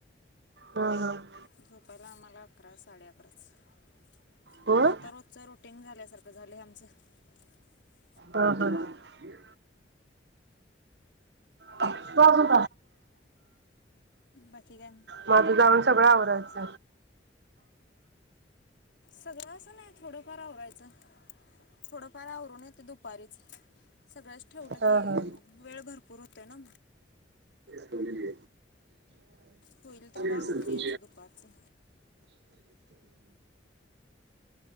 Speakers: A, on the right; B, on the left.
A: हम हम
B: झोपाला आम्हाला अकरा साडे अकरा च
A: होय
B: आता रोजच रोटींग झाल्यासारख झालायं आमच व
A: बर बर बर तजून
B: बाकी काय
A: माझं जाऊन सगळं आवत बच
B: सदाच नाही थोडंफार आवरायचं थोडंफार आवरून येते दुपारीच सगळंच ठेवलं
A: हा
B: की
A: हा
B: वेळ भरपूर होतोय ना
A: ठले
B: होईल तेवढं आवरून
A: असेल तुम
B: यायचं दुपारचं